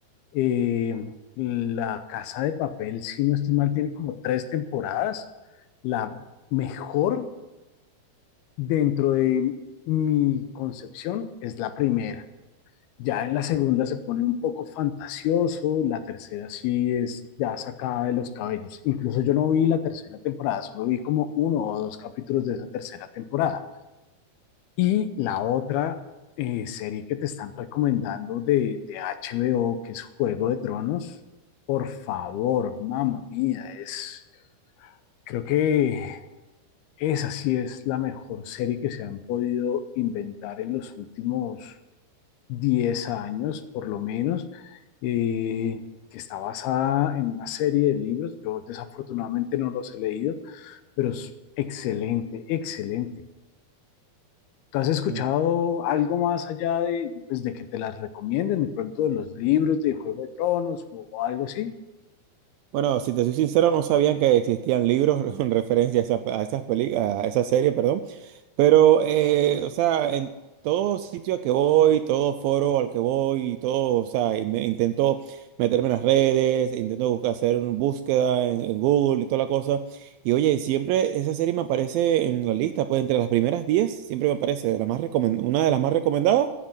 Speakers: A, on the left; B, on the right.
A: Eh, La Casa de Papel, si no estoy mal, tiene como tres temporadas. La mejor dentro de mi concepción es la primera. Ya en la segunda se pone un poco fantasioso, la tercera sí es ya sacada de los cabellos. Incluso yo no vi la tercera temporada, solo vi como uno o dos capítulos de esa tercera temporada. Y la otra eh, serie que te están recomendando de, de HBO, que es Juego de Tronos, por favor, mamá mía, es, creo que esa sí es la mejor serie que se han podido inventar en los últimos 10 años por lo menos, eh, que está basada en una serie de libros. Yo desafortunadamente no los he leído, pero es excelente, excelente. ¿Tú has escuchado
B: Mm.
A: algo más allá de, pues, de que te las recomienden, de pronto de los libros de Juego de Tronos o, o algo así?
B: Bueno, si te soy sincero, no sabían que existían libros <laughs> en referencia a, esa- a esas peli- a esa serie, perdón. Pero, eh, o sea, en todo sitio a que voy, todo foro al que voy, y todo, o sea, y me- intento meterme en las redes, intento buscar, hacer una búsqueda en, en Google y toda la cosa. Y oye, siempre esa serie me aparece en la lista, pues entre las primeras 10 siempre me aparece de la más recomen- una de las más recomendadas